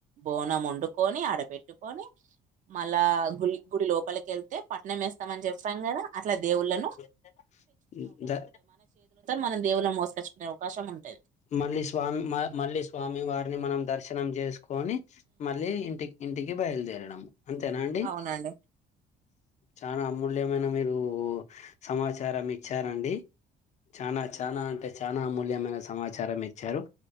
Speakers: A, on the right; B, on the left.
A: బోనం వండుకొని ఆడ పెట్టుకొని మల్ల గుడి గుడి లోపలికి వెళ్తే పట్టనం వేస్తామని చెప్తాం కదా అట్లా దేవుళ్ళలను
B: ఉ దా
A: మనం దేవుళ్ళని మోసుకొచ్చుకునే అవకాశం ఉంటది
B: మళ్ళీ స్వామి మళ్ళీ స్వామి వారిని మనం దర్శ తనం చేస్ కొని మళ్ళీ ఇంటి ఇంటికి బయలదేరడం అంతేనా అండి
A: అవునండి
B: చానా అమూల్యమైన మీరు సమాచారం ఇచ్చారన్ డి చనా చానా అంటే చానా అమూల్యం మైన సమాచారం ఇచ్చారు